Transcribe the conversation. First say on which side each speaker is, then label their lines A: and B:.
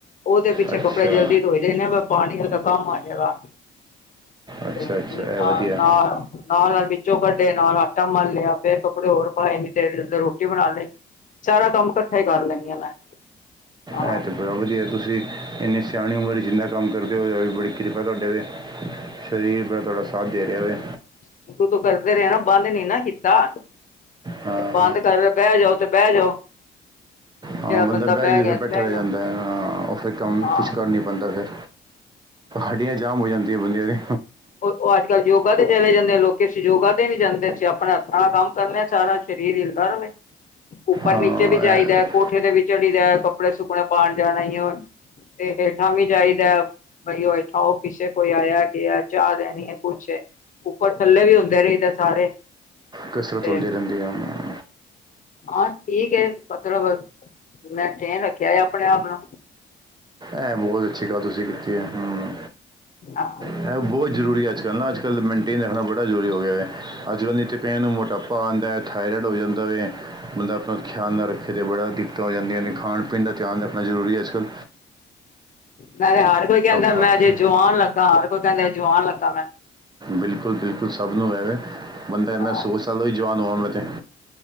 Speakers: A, on the left; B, on the right.
A: ਉਹਦੇ ਪਿੱਛੇ
B: ਅੱਛਾ
A: ਕੱਪੜੇ ਜਲਦੀ ਧੋਈਦੇ ਨੇ ਪਾਣੀ ਉਹਦੇ ਕੰਮ ਆ ਜਾਏਗਾ
B: ਅੱਛਾ
A: ਆ
B: ਅੱਛਾ ਇਹ
A: ਆ
B: ਵਧੀਆ
A: ਨਾਲ ਨਾਲ ਵਿੱਚੋਂ ਕੱਢੇ ਨਾਲ ਆਟਾ ਮਲ ਲਿਆ ਫੇਰ ਕੱਪੜੇ ਹੋਰ ਪਾਏ ਇਨੀ ਦੇਰ ਨੂੰ ਤੇ ਰੋਟੀ ਬਣਾ ਲਈ ਸਾਰਾ ਕੰਮ ਕੱਠਾ ਹੀ ਕਰ ਲੈਂਦੀ ਹਾਂ ਮੈਂ ਹਾਂ
B: ਇਹ ਤੇ ਬੜਾ ਵਧੀਆ ਤੁਸੀਂ ਇੰਨੀ ਸਿਆਣੀ ਉਮਰ ਜਿੰਨਾ ਕੰਮ ਕਰਦੇ ਹੋ ਵੀ ਬੜੀ ਕਿਰਪਾ ਤੁਹਾਡੇ ਦੇ ਸਰੀਰ ਬੜਾ ਤੁਹਾਡਾ ਸਾਥ ਦੇ ਰਿਹਾ ਵੇ
A: ਸ਼ੁਰੂ ਤੋਂ ਕਰਦੇ ਰਹੇ ਨਾ ਬੰਦ ਨਹੀ ਨਾ ਕੀਤਾ
B: ਹਾਂ
A: ਤੇ ਬੰਦ ਕਰ ਬਹਿ ਜਾਓ ਤੇ ਬਹਿ ਜਾਓ
B: ਹਾਂ
A: ਜਿਹੜਾ
B: ਬੰਦਾ ਬਹਿ ਜਾਂਦਾ
A: ਗਿਆ
B: ਫਿਰ
A: ਤੇ
B: ਬੈਠਾ
A: ਬਹਿ
B: ਰਹਿ
A: ਗਿਆ
B: ਜਾਂਦਾ ਹਾਂ ਉਹ ਫਿਰ ਕੰਮ
A: ਹਾਂ
B: ਕੁਛ ਕਰ ਨੀ ਪਾਂਦਾ ਫਿਰ ਹਡੀਆਂ ਜਾਮ ਹੋ ਜਾਂਦੀਆਂ ਬੰਦਿਆਂ ਦੀ
A: ਉਹ ਉਹ ਅੱਜ ਕੱਲ੍ਹ ਯੋਗਾ ਤੇ ਚਲੇ ਜਾਂਦੇ ਆ ਲੋਕੀ ਅਸੀ ਯੋਗਾ ਤੇ ਨੀ ਜਾਂਦੇ ਅਸੀਂ ਆਪਣੇ ਹੱਥਾਂ ਨਾਲ ਕੰਮ ਕਰਨੇ ਆ ਸਾਰਾ ਸਰੀਰ ਹਿਲਦਾ ਰਵੇ ਉੱਪਰ
B: ਹਾਂ
A: ਨੀਚੇ ਵੀ ਜਾਈਦਾ
B: ਇਹ
A: ਕੋਠੇ ਤੇ ਵੀ ਚੜੀ ਜਾ ਕੱਪੜੇ ਸੁੱਕਣੇ ਪਾਉਣ ਜਾਣਾ ਉਹ ਤੇ ਹੇਠਾਂ ਵੀ ਜਾਈਦਾ ਬਈ ਉਹ ਹੇਠਾਂ ਉਹ ਪਿੱਛੇ ਕੋਈ ਆਇਆ ਗਿਆ ਚਾਹ ਲੈਣੀ ਹੈ ਕੁਛ ਹੈ ਉੱਪਰ ਥੱਲੇ ਵੀ ਹੁੰਦੇ ਰਈਦਾ ਸਾਰੇ
B: ਕਸਰਤ
A: ਤੇ
B: ਹੁੰਦੀ ਰਹਿੰਦੀ ਹੈ ਹਨ
A: ਹਾਂ ਠੀਕ ਏ ਮਤਲਬ ਮੈਂ ਤੇ ਏ ਰੱਖਿਆ ਹੈ ਆਪਣੇ ਆਪ ਨੂੰ
B: ਇਹ ਬਹੁਤ ਅੱਛੀ ਗੱਲ ਤੁਸੀਂ ਕੀਤੀ ਹੈ ਹਮ
A: ਹਾਂ
B: ਇਹ ਉਹ ਬਹੁਤ ਜ਼ਰੂਰੀ ਅੱਜ ਕੱਲ੍ਹ ਨਾ ਅੱਜ ਕੱਲ ਮਨਟੇਨ ਰੱਖਣਾ ਬੜਾ ਜ਼ਰੂਰੀ ਹੋ ਗਿਆ ਵੇ ਅੱਜ ਕੱਲ੍ਹ ਨਹੀ ਤਾਂ ਪਿਆ ਨੂੰ ਮੋਟਾਪ ਪਾਦਾ ਥਾਇਰਾਇਡ ਹੋ ਜਾਂਦਾ ਵੇ ਬੰਦਾ ਆਪਣਾ ਖਿਆਲ ਨਾਲ ਰੱਖੇ ਅਤੇ ਬੜਾ ਦਿੱਕਤਾਂ ਆ ਜਾਂਦੀਆਂ ਨੇ ਖਾਣ ਖਾਣ ਪੀਣ ਦਾ ਧਿਆਨ ਰੱਖਣਾ ਜ਼ਰੂਰੀ ਅੱਜ ਕੱਲ
A: ਮੈਂ ਹਰ ਕੋਈ ਕਹਿੰਦਾ
B: ਖਾ
A: ਮੈਂ ਜੇ
B: ਕੇ
A: ਜੁਆਾਨ ਲੱਗਾ ਹਰ ਕੋਈ ਕਹਿੰਦਾ ਜੁਆਾਨ ਲੱਗਾ ਮੈਂ
B: ਬਿਲਕੁਲ ਬਿਲਕੁਲ ਸਭ ਨੂੰ ਐ ਵੇ ਬੰਦਾ ਮੈਂ
A: ਹਾਂ
B: ਸੌ ਸਾਲੋਂ ਹੀ ਜਵਾਨ ਹੋਵਾਂ ਮੈਂ ਤੇ